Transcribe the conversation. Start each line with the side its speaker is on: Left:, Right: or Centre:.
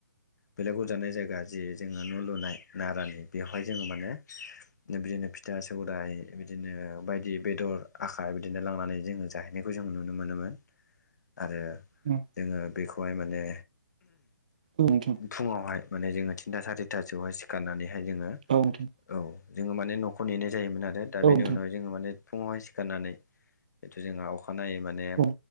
Left: बेलेग उजानाय जायगा जि जोङो न' लुनाय नारानि बेवहाय जोङो माने बिदिनो फिथा सौरायाइ बिदिनो बायदि बेदर आखा बिदिनो लांनानै जोङो जाहैनायखौ जों नुनो मोनोमोन आरो।
Right: उम
Left: जोङो बेखौहाय माने
Right: औ नोंथां
Left: फुङावहाय माने जोङो थिनथा सारिथासोहाय सिखारनानैहाय जोङो
Right: औ दे
Left: औ जोङो माने न'खौ नेनाय जायोमोन आरो दा
Right: औ
Left: बेनि
Right: नोंथां
Left: उनाव जोङो माने सिफुङावहाय सिखारनानै जिथु जोंहा अखानायै माने
Right: औ